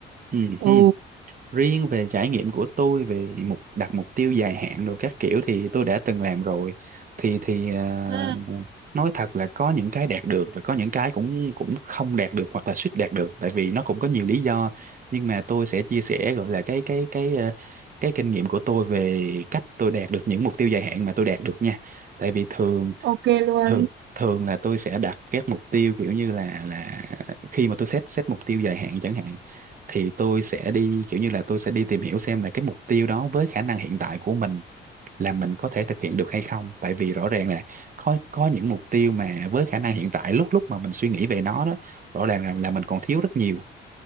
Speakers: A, on the right; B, on the right.
A: ừ
B: ồ,
A: ừ. riêng về trải nghiệm của tôi về mục đặt mục tiêu dài hạn đồ các kiểu thì tôi đã từng làm rồi thì thì ờ,
B: ừ,
A: nói thật là có những cái đạt được và có những cái cũng cũng không đạt được hoặc là suýt đạt được tại vì nó cũng có nhiều lý do nhưng mà tôi sẽ chia sẻ gọi là cái cái cái ờ, cái kinh nghiệm của tôi về cách tôi đạt được những mục tiêu dài hạn mà tôi đạt được nha tại vì thường
B: ok luôn.
A: thường thường là tôi sẽ đặt các mục tiêu kiểu như là là khi mà tôi set set mục tiêu dài hạn chẳng hạn thì tôi sẽ đi kiểu như là tôi sẽ đi tìm hiểu xem là cái mục tiêu đó với khả năng hiện tại của mình là mình có thể thực hiện được hay không tại vì rõ ràng là có có những mục tiêu mà với khả năng hiện tại lúc lúc mà mình suy nghĩ về nó đó rõ ràng là, là mình còn thiếu rất nhiều